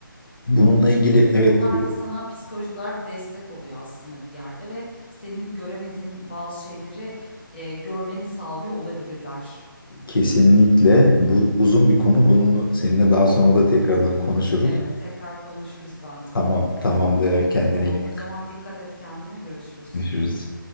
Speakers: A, on the left; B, on the left.
A: bununla ilgili evet
B: Onlar da sana psikolojik olarak destek oluyor aslında bir yerde ve senin göremediğin bazı şeyleri, eee, görmeni sağlıyor olabilirler.
A: kesinlikle bu uzun bir konu. Bununla seninle daha sonra da tekrardan konuşuruz.
B: Evet, tekrar konuşuruz zaten.
A: Tamam, tamamdır. Kendine
B: Tamam,
A: iyi bak.
B: o zaman dikkat et kendine, görüşürüz.
A: Görüşürüz.